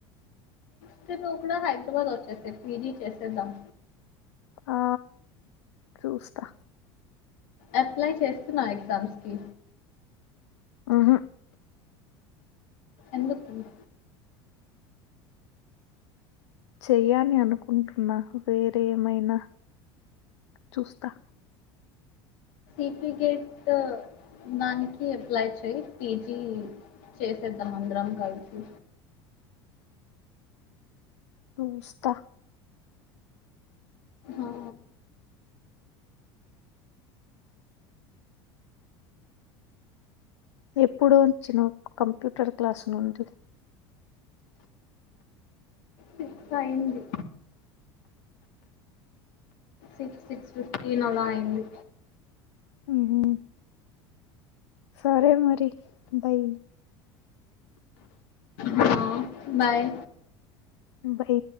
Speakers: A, on the left; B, on the left.
A: అయితే నువ్వు కూడా హైదరాబాద్ వచ్చేసై పీజీ చేసేద్దాం
B: ఆ చూస్తా
A: అప్లై చేస్తున్నవా ఎగ్జామ్స్ కి
B: ఆహ
A: ఎందుకు
B: చెయ్యా అని అనుకుంటున్నా వేరేమైనా చూస్తా
A: సర్ఫికెట్ దానికి అప్లై చేయ్ పీజీ చేసేద్దాం అందరం కలిసి
B: చూస్త
A: ఆ
B: ఎప్పుడు వచ్చినవ్ కంప్యూటర్ క్లాసు నుండి
A: సిక్స్ అయింది సిక్స్ సిక్స్ ఫిఫ్టీన్ అలా అయ్యింది
B: ఉహు సరే మరీ బై
A: ఆ బాయ్
B: బై